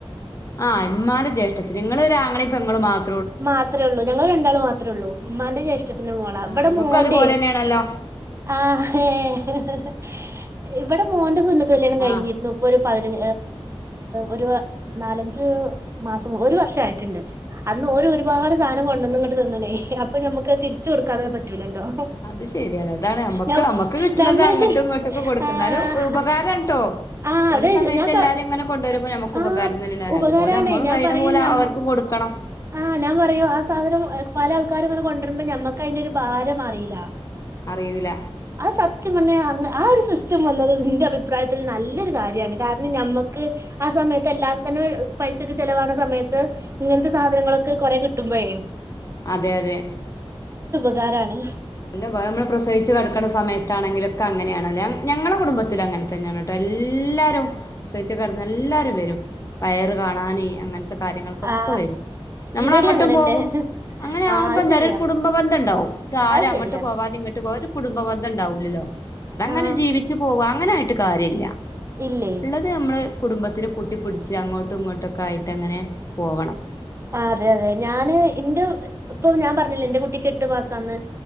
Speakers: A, on the left; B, on the right.
A: ആഹ് ഇമാന്റെ ജ്യേഷ്ഠ്ട നിങ്ങൾ ഒരു ആങ്ങളയും പെങ്ങളും ആഹ്
B: മാത്രമേ ഉള്ളൂ ഞങ്ങൾ രണ്ടാൾ മാത്രമേ ഉള്ളൂ ഉമ്മാന്റെ ജേഷ് ഇഷ്ടത്തിന് മോള
A: ആ
B: അവിടെ
A: ഇങ്ങക്കും
B: മോന്റെ
A: അതുപോലെ തന്നെയാണല്ലോ
B: ആഹ് ഏഹ് ഇവിടെ മോന്റെ സുന്നത്ത് കല്യാണം കഴിഞ്ഞിരുന്നു
A: ആ
B: ഇപ്പൊ പതിന ഒരു വർ നാലഞ്ച് മാസം ഒരു വർഷയിട്ടുണ്ട് അന്ന്ഓര് ഒരുപാട് സാധനം കൊണ്ടുവന്ന് ഇങ്ങട്ട് തന്നന്നേ അപ്പൊ നമുക്ക് തിരിച്ച് കൊടുക്കാതെ പറ്റൂലല്ലോ
A: അത് ശരിയാണ് അതാണ് നമ്മക്ക്
B: നം
A: അമ്മക്ക് കിട്ടണുന്നത്
B: നമ്മൾത്
A: അങ്ങോട്ടും ഇങ്ങോട്ടും ഒക്കെ കൊടുക്കുന്നാലും
B: ആഹ്
A: ഉപകാര കേട്ടോ
B: ആഹ് അതെ
A: ഒരു സമയത്ത്
B: ഞാൻ
A: എല്ലാരും
B: പ
A: ഇങ്ങനെ കൊണ്ടുവരുമ്പോൾ നമ്മക്ക്
B: ആഹ്
A: ഉപകാരം
B: ഉപകാരാണേ
A: അതുപോലെ നമ്മള്
B: ഞാൻ
A: കഴിയുന്ന
B: പറയും
A: പോലെ
B: നം
A: അവർക്കും കൊടുക്കണം
B: ആഹ് ഞാൻ പറയൂ ആഹ് സാധനം പല ആൾക്കാരും ഇങ്ങനെ കൊണ്ടുവരുമ്പോ ഞമ്മക്ക് അതിന്റെ ഒരു ഭാരം അറിയില്ല
A: അറിയൂല
B: അത് സത്യം പറഞ്ഞാ അങ്ങ ആഹ് ഒരു സിസ്റ്റം വന്നത് നിന്റെ അഭിപ്രായത്തിൽ നല്ലൊരു കാര്യമാണ് കാരണം ഞമ്മുക്ക് ആഹ് സമയത്ത് എല്ലാവരും തന്നെ പൈസയൊക്കെ ചെലവാകുന്ന സമയത്ത് ഇങ്ങനത്തെ സാധനങ്ങളൊക്കെ കൊറെ കിട്ടുമ്പോഴേ
A: അതെ അതെ
B: ഇതാരാണ്
A: നല്ല വേ നമ്മള് പ്രസവിച്ച് കടക്ക്ണ സമയത്താണെങ്കിലു ക്കെ അങ്ങനെയാണ് ലേ ഞങ്ങളെ കുടുംബത്തില് അങ്ങനെ തന്നേണ് ട്ടോ എല്ലാരും പ്രസവിച്ച് കെടന്നാ എല്ലാരും വരും വയറ് കാണാന് അങ്ങനത്തെ കാര്യങ്ങൾക്കൊക്കെ
B: ആ
A: വരും നമ്മളങ്ങട്ടും
B: ഇവിടെ അങ്ങനെന്നെ
A: പോകും അങ്ങനെ
B: ആ
A: ആവുമ്പോ
B: അത്
A: എന്താറ്യോ
B: ശരിയാ
A: ഒരു കുടുംബ ബന്ധം ഇണ്ടാവും. ഇതാരും
B: അത്
A: അങ്ങട്ട്
B: ശരിയാണ്
A: പോകാതിം ഇങ്ങട്ട് പോവാ ഒരു കുടുംബ ബന്ധംണ്ടാവൂലല്ലോ അതങ്ങനെ
B: ആ
A: ജീവിച്ച് പോവാ അങ്ങനായിട്ട് കാര്യല്ല
B: ഇല്ലേ
A: ഇള്ളത് ഞമ്മള് കുടുംബത്തിനെ കൂട്ടി പുടിച്ച് അങ്ങോട്ടും ഇങ്ങോട്ടൊക്കെ ആയിട്ട് അങ്ങനെ പോവണം.
B: ആ അതെ അതെ ഞാന് എന്റെ ഇപ്പൊ ഞാൻ പറഞ്ഞില്ല എന്റെ കുട്ടിക്ക് എട്ട് മാസാന്ന്